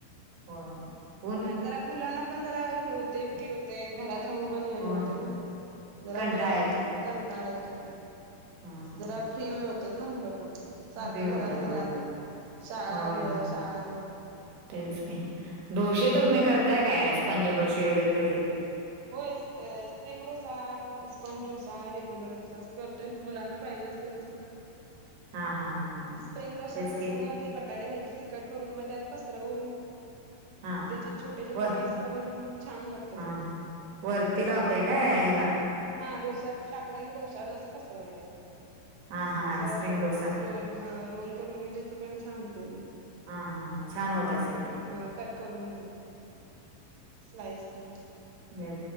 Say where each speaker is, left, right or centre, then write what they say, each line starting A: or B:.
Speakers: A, on the right; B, on the right.
A: व्हय.
B: आणि जरा मुलांना पण जरा हे हुतय फ्री हुतय घरात राहून पण हे
A: होय
B: होतय ना. जरा
A: कंटाळा
B: बर कंटाळा येतोय.
A: हां हां.
B: जरा फ्री होत्यात ना मुलं. पण सारक
A: फ्री
B: घरात
A: होतात
B: घरात
A: होय
B: शाळा
A: होय
B: घर
A: होय
B: शाळा घर.
A: तेच की ढोशे
B: हम्म
A: तुमी करताय काय स्पंज डोशे वगैरे कधी?
B: होय अ spring dosa, sponge dosa, regular dosa असं करतोय मुलांना पाहिजे अस ते तस
A: हा हा हा हा हा
B: स्प्रिंग डोशाला
A: तेच की
B: कसं म ते बटाडे भाजी तिकट करून म त्यात पसरवून
A: हा
B: तेचे छोटे छोटे
A: व
B: पीस करून छान लागत
A: हा
B: ते पण.
A: ह वरती लावताय काय अ हेला?
B: हां डोश्यात टाकला की डोश्यावरच अस पसरवायचं.
A: हा हा
B: आणि अस
A: हा स्प्रिंग डोसा
B: रोल हा रोल करून म जेच पण छान हुतय ते.
A: हा हा हा छान होत असेल ते
B: हां कट करून मधे स्लाइस करून.
A: ब